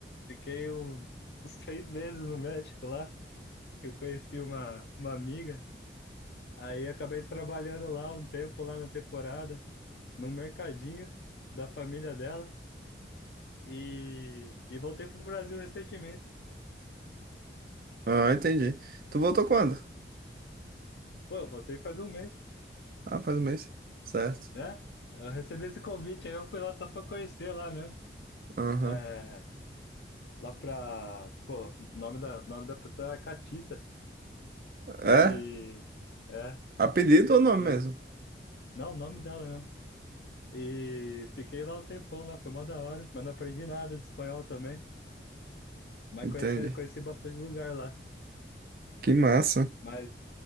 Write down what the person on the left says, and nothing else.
fiquei uns, uns seis meses no México lá, que eu conheci uma, uma amiga. Aí acabei trabalhando lá um tempo, lá na temporada, num mercadinho da família dela. E, e voltei pro Brasil recentemente.
Pô, eu voltei faz um mês.
né? Eu recebi esse convite, aí eu fui lá só pra conhecer lá mesmo.
É, lá pra. Pô, nome da, nome da pessoa é Catita.
E. É.
E,
não, o nome dela mesmo. E fiquei lá um tempão lá, foi mó da hora. Mas não aprendi nada de espanhol também. Mas
conheci, conheci bastante lugar lá.
Mas.